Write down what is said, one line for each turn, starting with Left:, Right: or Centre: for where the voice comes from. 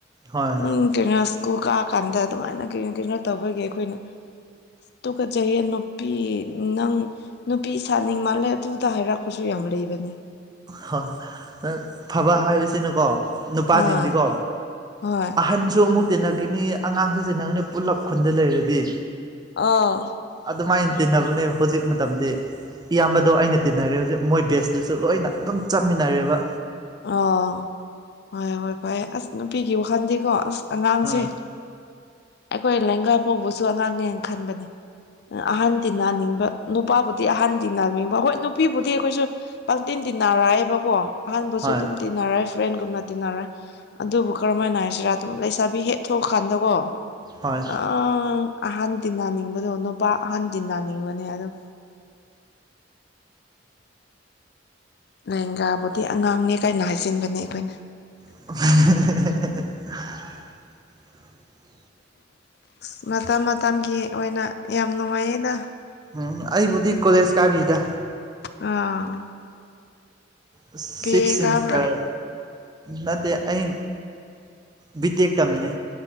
Right: ꯍꯣꯏ
Left: ꯎꯝ ꯀꯩꯅꯣ ꯁ꯭ꯀꯨꯜ ꯀꯥꯀꯥꯟꯗ ꯑꯗꯨꯃꯥꯏꯅ ꯀꯩꯅꯣ ꯀꯩꯅꯣ ꯇꯧꯕꯒꯤ ꯑꯩꯈꯣꯏꯅ ꯇꯨꯀꯠꯆꯩꯌꯦ ꯅꯨꯄꯤ ꯅꯪ ꯅꯨꯄꯤ ꯁꯥꯅꯤꯡ ꯃꯜꯂꯦ ꯑꯗꯨꯗ ꯍꯥꯏꯔꯛꯄꯁꯨ ꯁꯨ ꯌꯥꯝ ꯂꯩꯕꯅꯦ
Right: ꯍꯣꯏ ꯑ ꯐꯕ ꯍꯥꯏꯕꯁꯤꯅꯀꯣ ꯅꯨꯄꯥꯁꯤꯡꯗꯤꯀꯣ
Left: ꯑꯥ ꯍꯣꯏ
Right: ꯑꯍꯟꯁꯨ ꯑꯃꯨꯛ ꯇꯤꯟꯅꯈꯤꯅꯤ ꯑꯉꯥꯡꯁꯨ ꯇꯤꯟꯅꯒꯅꯤ ꯄꯨꯂꯞ ꯈꯨꯟꯗ ꯂꯩꯔꯗꯤ
Left: ꯑꯥ
Right: ꯑꯗꯨꯃꯥꯏꯅ ꯇꯤꯟꯅꯕꯅꯦ ꯍꯧꯖꯤꯛ ꯃꯇꯝꯗꯤ ꯏꯌꯥꯝꯕꯗꯣ ꯑꯩꯅ ꯇꯤꯟꯅꯔꯦ ꯍꯧꯖꯤꯛ ꯃꯣꯏ ꯕꯦꯁꯇꯨꯁꯨ ꯂꯣꯏꯅ ꯑꯗꯨꯝ ꯆꯠꯃꯤꯟꯅꯔꯦꯕ
Left: ꯑꯣ ꯍꯣꯏ ꯍꯣꯏ ꯐꯩꯌꯦ ꯑꯁ ꯅꯨꯄꯤꯒꯤ ꯋꯥꯈꯜꯗꯤꯀꯣ ꯑꯁ ꯑꯉꯥꯡꯁꯦ
Right: ꯑ
Left: ꯑꯩꯈꯣꯏ ꯂꯦꯡꯒꯥ ꯐꯥꯎꯕꯁꯨ ꯑꯉꯥꯡꯅꯦꯅ ꯈꯟꯕꯅꯤ ꯑꯍꯟ ꯇꯤꯟꯅꯅꯤꯡꯕ ꯅꯨꯄꯥꯕꯨꯗꯤ ꯑꯍꯟ ꯇꯤꯟꯅꯥꯅꯤꯡꯕ ꯍꯣꯏ ꯅꯨꯄꯤꯕꯨꯗꯤ ꯑꯩꯈꯣꯏꯁꯨ ꯄꯡꯇꯤꯟ ꯇꯤꯟꯅꯥꯔꯛꯑꯦꯕꯀꯣ ꯑꯍꯟꯕꯨꯁꯨ
Right: ꯍꯣꯏ
Left: ꯑꯗꯨꯝ ꯇꯤꯟꯅꯔꯦ ꯐ꯭ꯔꯦꯟꯒꯨꯝꯅ ꯇꯤꯟꯅꯔꯦ ꯑꯗꯨꯕꯨ ꯀꯔꯝꯃꯥꯏꯅ ꯍꯥꯏꯁꯤꯔꯥ ꯑꯗꯨꯝ ꯂꯩꯁꯥꯕꯤ ꯍꯦꯛ ꯊꯣꯛꯀꯥꯟꯗꯀꯣ
Right: ꯍꯣꯏ
Left: ꯑꯥ ꯑꯍꯟ ꯇꯤꯟꯅꯅꯤꯡꯕꯗꯣ ꯅꯨꯄꯥ ꯑꯍꯟ ꯇꯤꯟꯅꯅꯤꯡꯕꯅꯦ ꯑꯗꯨꯝ ꯂꯦꯡꯒꯥꯕꯨꯗꯤ ꯑꯉꯥꯡꯅꯦ ꯀꯥꯏꯅ ꯍꯥꯏꯖꯤꯟꯕꯅꯦ ꯑꯩꯈꯣꯏꯅ
Right: <unintelligible>
Left: ꯑꯁ ꯃꯇꯝ ꯃꯇꯝꯒꯤ ꯑꯣꯏꯅ ꯌꯥꯝ ꯅꯨꯡꯉꯥꯏꯌꯦꯗ
Right: ꯎꯝ ꯑꯩꯕꯨꯗꯤ ꯀꯣꯂꯦꯖ ꯀꯥꯔꯤꯗ
Left: ꯑꯥ
Right: ꯑꯁ
Left: ꯕꯤ
Right: ꯁꯤꯛꯁ
Left: ꯑꯦ
Right: ꯁꯤꯃꯤꯁꯇꯔ
Left: ꯀꯥꯕ꯭ꯔꯥ
Right: ꯅꯠꯇꯦ ꯑꯩ ꯕꯤꯇꯦꯛ ꯇꯝꯃꯤꯅꯦ